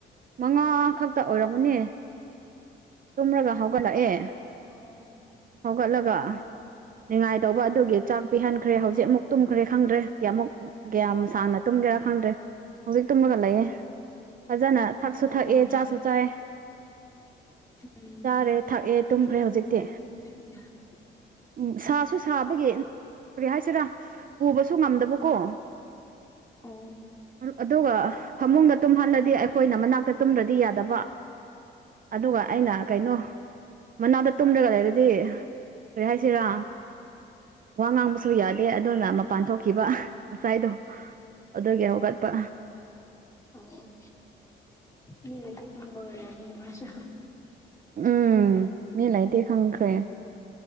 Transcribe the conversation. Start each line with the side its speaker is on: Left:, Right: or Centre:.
Right: ꯃꯉꯥ ꯈꯛꯇ ꯑꯣꯏꯔꯝꯃꯅꯦ ꯇꯨꯝꯔꯒ ꯍꯧꯒꯠꯂꯛꯑꯦ
Left: ꯑꯣ
Right: ꯍꯧꯒꯠꯂꯒ
Left: ꯎꯝ
Right: ꯉꯥꯏꯇꯧꯕ ꯑꯗꯨꯒꯤ ꯆꯥꯛ ꯄꯤꯍꯟꯈ꯭ꯔꯦ ꯍꯧꯖꯤꯛ ꯑꯃꯨꯛ ꯇꯨꯝꯈ꯭ꯔꯦ ꯈꯪꯗ꯭ꯔꯦ ꯀꯌꯥꯃꯨꯛ ꯀꯌꯥꯝ ꯁꯥꯡꯅ ꯇꯨꯝꯒꯦꯔꯥ ꯈꯪꯗ꯭ꯔꯦ ꯍꯧꯖꯤꯛ ꯇꯨꯝꯃꯒ ꯂꯩꯌꯦ ꯐꯖꯅ ꯊꯛꯁꯨ
Left: ꯑꯣ
Right: ꯊꯛꯑꯦ ꯆꯥꯁꯨ ꯆꯥꯏ
Left: ꯎꯝ
Right: ꯆꯥꯔꯦ ꯊꯛꯑꯦ
Left: ꯊꯣꯏꯅ
Right: ꯇꯨꯝꯈ꯭ꯔꯦ ꯍꯧꯖꯤꯛꯇꯤ
Left: <unintelligible>
Right: ꯎꯝ ꯁꯥꯁꯨ ꯁꯥꯕꯒꯤ ꯀꯔꯤ ꯍꯥꯏꯁꯤꯔꯥ ꯄꯨꯕꯁꯨ ꯉꯝꯗꯕꯀꯣ
Left: ꯑꯣ
Right: ꯑꯗꯨꯒ ꯐꯃꯨꯡꯗ ꯇꯨꯝꯍꯜꯂꯗꯤ ꯑꯩꯈꯣꯏꯅ ꯃꯅꯥꯛꯇ ꯇꯨꯝꯗ꯭ꯔꯗꯤ ꯌꯥꯗꯕ ꯑꯗꯨꯒ
Left: ꯎꯝ
Right: ꯑꯩꯅ ꯀꯩꯅꯣ ꯃꯅꯥꯛꯇ ꯇꯨꯝꯗ꯭ꯔꯒ ꯂꯩꯔꯗꯤ ꯀꯔꯤ ꯍꯥꯏꯁꯤꯔꯥ ꯋꯥ ꯉꯥꯡꯕꯁꯨ ꯌꯥꯗꯦ ꯑꯗꯨꯅ ꯃꯄꯥꯟ ꯊꯣꯛꯈꯤꯕ ꯉꯁꯥꯏꯗꯣ ꯑꯗꯨꯒꯤ ꯍꯧꯒꯠꯄ
Left: ꯑꯣ ꯃꯤ ꯂꯩꯇꯦ ꯈꯪꯕ ꯑꯣꯏꯔꯝꯅꯤ ꯃꯁꯨ
Right: ꯎꯝ ꯃꯤ ꯂꯩꯇꯦ ꯈꯪꯈ꯭ꯔꯦ